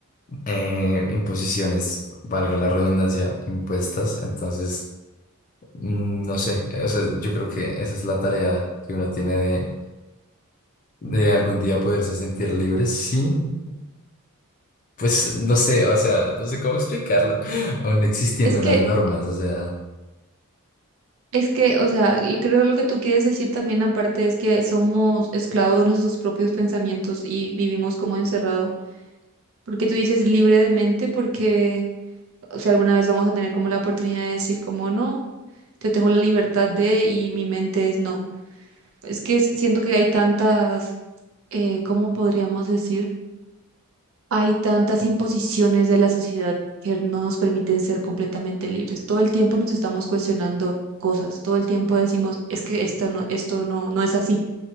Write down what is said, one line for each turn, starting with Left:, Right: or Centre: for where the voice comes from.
Left: eh, imposiciones, valga la redundancia, impuestas. Entonces, mm, no sé, o sea, yo creo que esa es la tarea que uno tiene de de algún día poderse sentir libre sin Pues no sé, o sea, no sé cómo explicarlo, <laughs> aún existiendo
Right: Es que,
Left: unas normas, o sea,
Right: es que, o sea, lo- creo que lo que tú quieres decir también aparte es que somos esclavos de nuestros propios pensamientos y vivimos como encerrado. Porque tú dices libre de mente, porque si alguna vez vamos a tener como la oportunidad de decir como no, yo tengo la libertad de y mi mente es no. Es que s- siento que hay tantas, eh, ¿cómo podríamos decir? Hay tantas imposiciones de la sociedad que no nos permiten ser completamente libres. Todo el tiempo nos estamos cuestionando cosas, todo el tiempo decimos, es que esto no, esto no, no es así.